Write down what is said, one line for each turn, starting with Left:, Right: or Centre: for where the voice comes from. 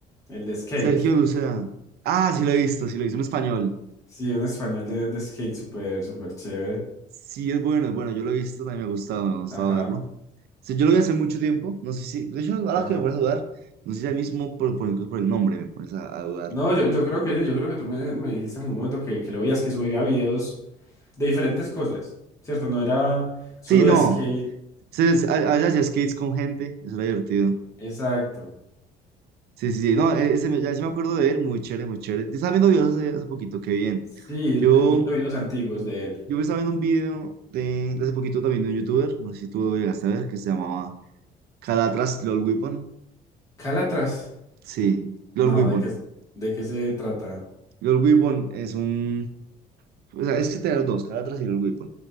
Left: el de skate.
Right: Sergio Lucea. Ah, sí lo he visto, sí lo he visto en español.
Left: Sí, un español de, de skate súper, súper chévere.
Right: Sí, es bueno, es bueno, yo lo he visto, también me ha gustado, me ha gustado
Left: Ajá,
Right: verlo. Sí, yo lo vi hace mucho tiempo, no sé si, de hecho, ahora
Left: ajá.
Right: que me pones a dudar, no sé si ya mismo por, por, incluso por el nombre me pones a, a dudar
Left: No,
Right: un
Left: yo,
Right: poco.
Left: yo creo que sí, yo creo que tú me, me dijiste en algún momento que, que lo veías, que subía videos de diferentes cosas, ¿cierto? No era solo
Right: Sí, no,
Left: de skate,
Right: sí, sí, a- allá hacía skates con gente, eso era divertido.
Left: exacto.
Right: Sí, sí, sí, no, e, ese, me- ya sí me acuerdo de él, muy chévere, muy chévere. Yo estaba viendo videos hace, hace poquito, qué bien.
Left: Sí,
Right: Yo,
Left: viendo videos antiguos de él.
Right: yo estaba viendo un video de, de hace poquito también de un youtuber, no sé si tú lo llegaste a ver, que se llamaba Calatras LOL Weapon.
Left: Calatras,
Right: Sí, LOL
Left: no,
Right: Weapon.
Left: ¿de qué, de qué se trata?
Right: LOL Weapon es un, o sea, es que tener dos, Calatras y LOL Weapon.